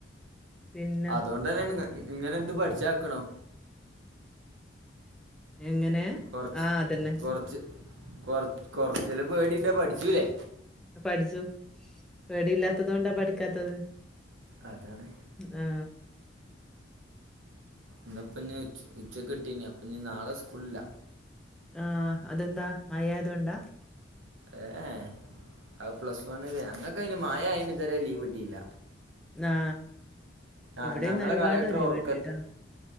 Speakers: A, in the centre; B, on the right.
A: പിന്നെ
B: അതുകൊണ്ട് തന്നെയാണ് ഇങ്ങനെ എന്ത് പഠിച്ചാക്കണം
A: എങ്ങനെ?
B: കൊറച്ച്
A: ആ അതന്നെ.
B: കൊറച്ച് കൊറ കൊറച്ചേലും പേടിണ്ടേ പഠിചൂലേ
A: പഠിച്ചു പേടിയില്ലാത്തത് കൊണ്ടാ പഠിക്കാത്തത്
B: അതാണ്
A: ആ
B: ഇന്നിപ്പം ഞ് ഉച്ചക്ക് വിട്ടിനി അപ്പം ഇഞ് നാളെ സ്കൂളില്ല
A: ആ അതെന്താ മഴയായതു കൊണ്ടാ
B: ഏ ഏ അത് പ്ലസ് വണിലാ ഞങ്ങക്കയിന് മഴ ആയന് ഇത് വരെ ലീവ് കിട്ടിയില്ല
A: ആ
B: ആ
A: ഇവിടിന്ന്
B: ഞങ്ങളെ
A: ഒരുപാട്
B: കലക്ടർ
A: ഉരുള്
B: ഉറക്ക
A: പൊട്ടിട്ടാ